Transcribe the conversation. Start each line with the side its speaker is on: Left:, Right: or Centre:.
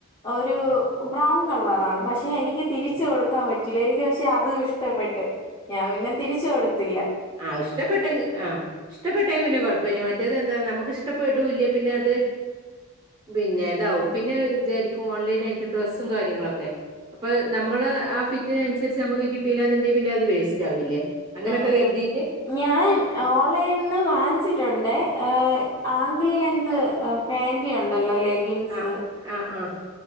Left: ഒരു ബ്രൗൺ കളറാണ് പക്ഷെ എനിക്ക് തിരിച്ച് കൊടുക്കാൻ പറ്റില്ല എനിക്ക് പക്ഷെ അതും ഇഷ്ടപ്പെട്ട് ഞാംപിന്നെ തിരിച്ച്കൊടുത്തില്ല
Right: ആഹ് ഇഷ്ടപ്പെട്ടങ്ക് ആഹ് ഇഷ്ടപ്പെട്ടെങ്കി പിന്നെ കൊയപ്പല്യ മറ്റേത് എന്താ നമുക്ക് ഇഷ്ടപ്പെടൂല്ല പിന്നെ അത് പിന്നെതാവും പിന്നെ വിചാരിക്കും ഓൺലൈനായിട്ട് ഡ്രസ്സും കാര്യങ്ങളൊക്കെ അപ്പൊ നമ്മള് ആ ഫിറ്റിനൻസരിച്ച് അമ്മക്ക് കിട്ടീലാന്ന്ണ്ടെങ്കി പിന്നെ അത് വേസ്റ്റാവില്ലേ അങ്ങനൊക്കെ
Left: ഉം
Right: കെര്തി
Left: ഉം ഞാൻ ഓർ ലൈന്ന് വാങ്ങിച്ചിട്ടുണ്ടേ ഏ ആങ്കിളിലെന്ത് ആഹ് പാന്റിയൊ ണ്ടല്ലോലേ ജിൻസ്
Right: ആഹ് ആഹ് ആഹ്